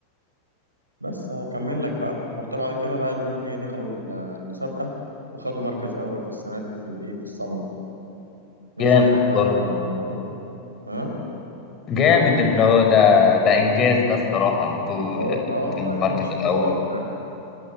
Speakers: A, on the right; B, on the left.
A: بس هكمل لك بقى رحت بعد كده بقى المهم إيه دخلوا ال- المسابقة وخدوا مركز أول في السنة دي في الإيه في السمر من
B: جامد
A: ساعتها بقى
B: والله
A: عم بقى- ها
B: جامد إن هو ده ده إنجاز ده الصراحة إن أنتوا
A: اه
B: آه،
A: اه
B: في
A: والله
B: المركز
A: مش
B: الأول
A: متوقع